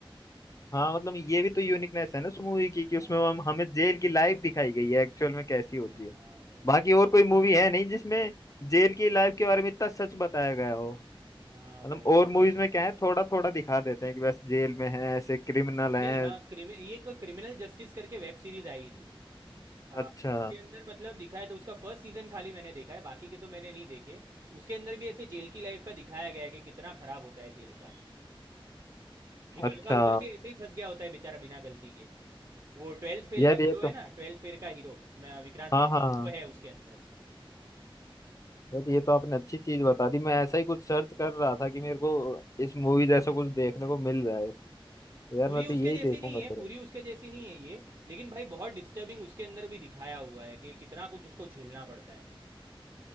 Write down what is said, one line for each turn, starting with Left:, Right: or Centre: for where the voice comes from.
Left: हाँ मतलब ये भी तो यूनिकनेस है ना उस मूवी की कि
Right: हाँ
Left: उसमें हम हमें जेल की लाइफ दिखाई गई है एक्चुअल में कैसी
Right: हाँ
Left: होती है
Right: हाँ भाई
Left: बाकी और कोई मूवी है नहीं जिसमें जेल की लाइफ के बारे में इतना सच बताया गया हो
Right: हाँ
Left: मतलब
Right: भाई ये
Left: और मूवीज
Right: बात तो
Left: में क्या
Right: है
Left: है थोड़ा थोड़ा दिखा देते हैं कि बस जेल में है ऐसे क्रिमिनल हैं
Right: नहीं हाँ क्रिमि ये एक क्रिमिनल जस्टिस करके वेब सीरीज आई थी आ,
Left: अच्छा
Right: उसके अंदर मतलब दिखाया तो उसका फर्स्ट सीजन खाली मैंने देखा है बाकी के तो मैंने नहीं देखे उसके अंदर भी ऐसे जेल की लाइफ का दिखाया गया है कि कितना खराब होता है जेल का एक
Left: अच्छा
Right: लड़का उधर भी ऐसे ही फंस गया होता है बेचारा बिना गलती के वो ट्वेल्थ फेल
Left: यार
Right: का
Left: ये
Right: हीरो
Left: तो
Right: है ना ट्वेल्थ फेल का हीरो मैं- विक्रांत
Left: हाँ
Right: मैसी
Left: हाँ
Right: वो है उसके अंदर
Left: यार ये तो आपने अच्छी चीज बता दी मैं ऐसा ही कुछ सर्च कर रहा था कि मेरे को इस मूवी जैसा कुछ देखने को मिल जाए तो यार
Right: पूरी
Left: मैं तो
Right: उसके
Left: यही
Right: जैसी
Left: देखूंगा
Right: नहीं है
Left: फिर
Right: पूरी उसके जैसी नहीं है ये लेकिन भाई बहुत डिस्टर्बिंग उसके अंदर भी दिखाया हुआ है कि कितना कुछ उसको झेलना पड़ता है